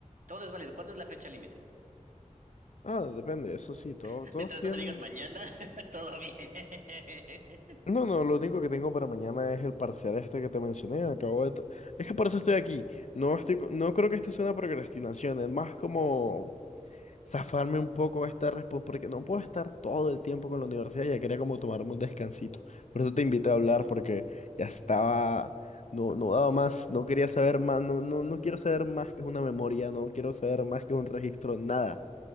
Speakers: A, on the right; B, on the left.
A: todo es válido. ¿Cuándo es la fecha límite?
B: Ah, depende, eso sí, todos,
A: <laughs>
B: todos
A: Mientras
B: tienen.
A: no me digas mañana, <laughs> todo bien. <laughs>
B: No, no, lo único que tengo para mañana es el parcial este que te mencioné. Acabo de. t- Es que por eso estoy aquí. No estoy, co- no creo que esto sea una procrastinación, es más como zafarme un poco esta respuesta, porque no puedo estar todo el tiempo con la universidad, ya quería como tomarme un descansito. Por eso te invité a hablar,
A: Ok.
B: porque ya estaba, no, no daba más, no quería saber más, no, no, no quiero saber más que una memoria, no quiero saber más que un registro, nada.